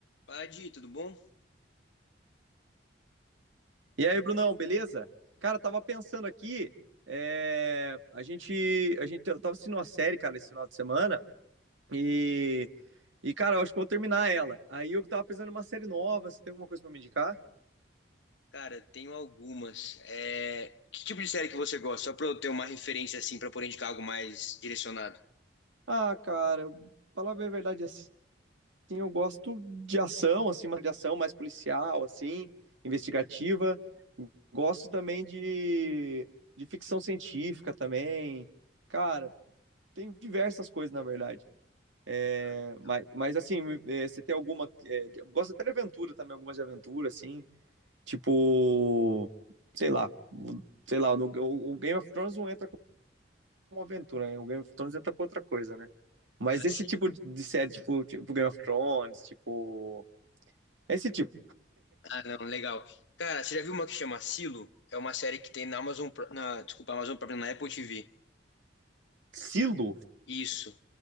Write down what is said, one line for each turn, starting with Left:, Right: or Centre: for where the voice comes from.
Left: Fala, Di, tudo bom?
Right: E aí, Brunão, beleza? Cara, tava pensando aqui, é, a gente, a gente eu tava assistindo uma série, cara, esse final de semana, e, e cara, eu acho que eu vou terminar ela. Aí eu tava pensando em uma série nova, você tem alguma coisa pra me indicar?
Left: Cara, tenho algumas. É, Que tipo de série que você gosta? Só pra eu ter uma referência assim, pra poder indicar algo mais direcionado.
Right: Ah, cara, eu- falar bem a verdade assim, eu gosto de ação, assim, uma de ação mais policial, assim, investigativa. Gosto também de, de ficção científica também. Cara, tem diversas coisas, na verdade. É,
Left: Legal.
Right: mas, mas assim, é, você tem alguma. É, eu gosto até de aventura também, algumas de aventura, assim, tipo, sei lá, o- sei lá, no- o, o Game of Thrones não entra como aventura, né? O Game of Thrones entra com outra coisa, né? Mas
Left: Ah,
Right: esse
Left: sim.
Right: tipo de de série, tipo, tipo Game of Thrones, tipo. Esse tipo.
Left: Ah, não, legal. Cara, você já viu uma que chama Silo? É uma série que tem na Amazon, Pri- na, desculpa, Amazon Prime, na Apple TV.
Right: Silo?
Left: Isso.